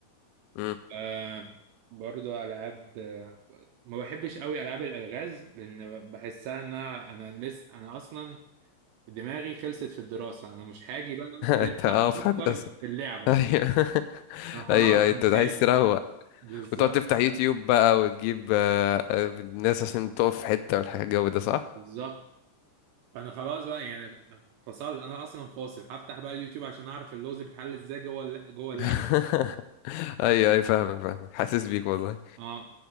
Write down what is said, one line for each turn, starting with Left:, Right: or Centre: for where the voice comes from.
Left: <laughs> امم
Right: آه برضو العاب آه، ما بحبش قوي العاب الالغاز لان بحسها ان انا انا لسه انا اصلا دماغي خلصت في الدراسه انا مش هاجي بقى لسه
Left: انت اه
Right: هفكر
Left: في هندسه
Right: في اللعبه
Left: ايوه <laughs>
Right: انا خلاص
Left: ايوه أيوة،
Right: انا
Left: انت
Right: تعبت
Left: عايز تروق
Right: بالظبط
Left: وتقعد تفتح يوتيوب بقى وتجيب آه، آه، الناس عشان تقف في حتة والحاجة الجو ده صح؟
Right: بالظبط انا خلاص بقى يعني فصلت انا اصلا فاصل هفتح بقى اليوتيوب عشان اعرف اللغز بيتحل ازاي جوه الل- جوه
Left: <laughs>
Right: اللعبه
Left: ايوه ايوه فاهمك فاهمك حاسس بيك والله
Right: اه